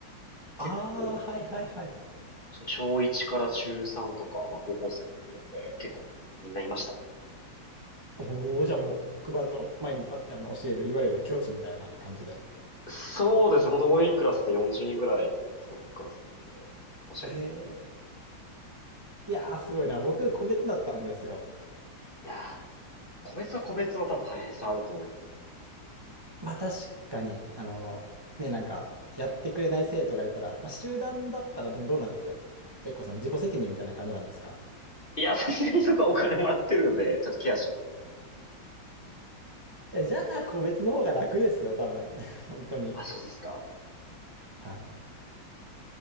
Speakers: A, on the left; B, on the right.
A: 結構、
B: ああー、はいはいはい。
A: それ小1から中3とか、まあ高校生も含めて、結構みんないましたね。
B: おお、じゃあもう黒板の前に立ってあの教える、いわゆる教師みたいな感じで。
A: そうですね。本当多いクラスと40人ぐらい一クラスにいて教えるみたいな。
B: ええいやー、すごいな。僕、個別だったんですよ。
A: いやーでも、個別は個別の多分大変さあると思いますよ。
B: まあ確かに、あの、ね、なんか、やってくれない生徒がいたら、まあ、集団だったらでもどうなんですか結構その自己責任みたいな感じなんですか
A: いや、さすがにそこはお金もらってるんで、ちゃんとケアします。
B: いや、じゃあ個別の方が楽ですよ、多分。<laughs> 本当に。
A: あ、そうですか。
B: はい。